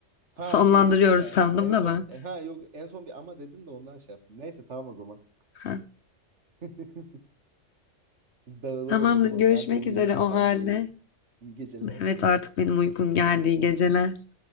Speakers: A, on the right; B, on the left.
A: Ha
B: Sonlandırıyoruz
A: şey dedin ya
B: sandım
A: en
B: da
A: son
B: ben.
A: e, ha yok en son bir ama dedin de ondan şey yaptım. Neyse tamam o zaman.
B: Ha.
A: <laughs> Dağılalım
B: Tamamdır
A: o zaman.
B: görüşmek
A: Ben de uyuyayım,
B: üzere o
A: sen
B: halde.
A: de uyu. İyi geceler.
B: Evet artık benim uykum geldi. İyi geceler.
A: <laughs>